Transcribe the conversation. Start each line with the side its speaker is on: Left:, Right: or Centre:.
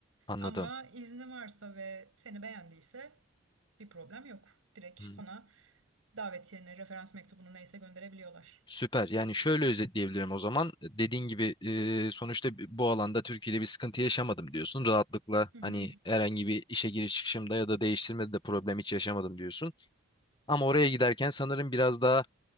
Left: Anladım.
Right: Ama izni varsa ve seni beğendiyse bir problem yok. Direkt
Left: Hmm,
Right: sana davetiyeni, referans mektubunu neyse gönderebiliyorlar.
Left: Süper. Yani şöyle özetleyebilirim o zaman. Dediğin gibi e, sonuçta bi- bu alanda Türkiye'de bir sıkıntı yaşamadım diyorsun. Rahatlıkla
Right: Hı hı.
Left: hani herhangi bir işe giriş çıkışımda ya da değiştirmede de problem hiç yaşamadım diyorsun. Ama oraya giderken sanırım biraz daha